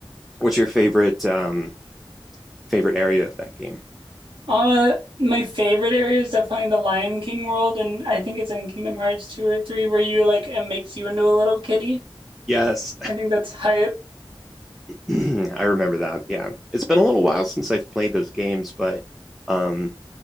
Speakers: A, in the centre; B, on the right.
A: What's your favorite um, favorite area of that game.
B: Uh my favorite area is definitely the Lion King world and I think it's in Kingdom Hearts 2 or 3 where you like it makes you into a little kitty.
A: Yes,
B: I think that's hype.
A: <clears throat> I remember that. Yeah, it's been a little while since I've played those games, but um,